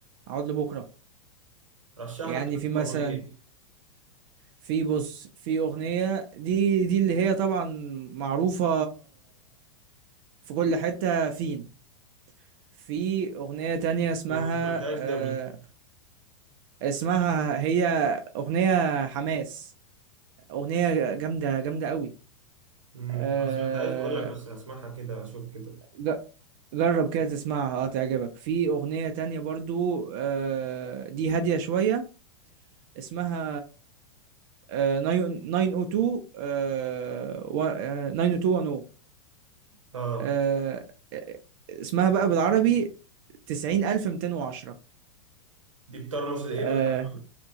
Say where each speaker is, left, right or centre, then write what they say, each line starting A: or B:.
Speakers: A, on the right (about 45°); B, on the right (about 85°).
A: اقعد لبكره
B: رشح
A: يعني
B: لي كده
A: في مثلا
B: كام اغنيه دي
A: في بص في اغنيه دي دي اللي هي طبعا معروفه في كل حته فين في اغنيه تانية اسمها
B: ما سمعتهاش
A: آه،
B: دي قبل كده
A: اسمها هي اغنيه حماس اغنيه جامده جامده قوي
B: امم
A: آه،
B: ما سمعتهاش بقول لك بس هسمعها كده اشوف كده
A: ج- جرب كده تسمعها اه تعجبك في اغنية تانية برضو آه، دي هادية شوية اسمها آه، 902 آه، و- آه، 90210
B: اه
A: آه، آه، اسمها بقى بالعربي 90210
B: دي بترمز لايه
A: آه،
B: بقى